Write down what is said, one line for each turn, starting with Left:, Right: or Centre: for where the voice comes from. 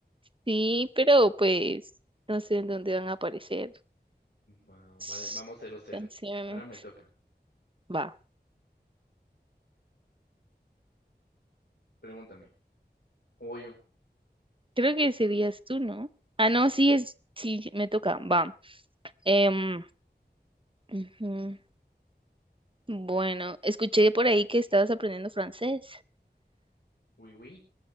Right: sí, pero pues no sé en dónde van a aparecer.
Left: Va-
Right: S-
Left: vale, vamos cero cero
Right: Canciones.
Left: Ahora me toca.
Right: Va.
Left: Pregúntame. ¿O voy yo?
Right: Creo que serías tú, ¿no? Ah,
Left: Va.
Right: no, sí es. Sí, me toca. Va. Em, ujú. Bueno, escuché por ahí que estabas aprendiendo francés.
Left: Uy, uy.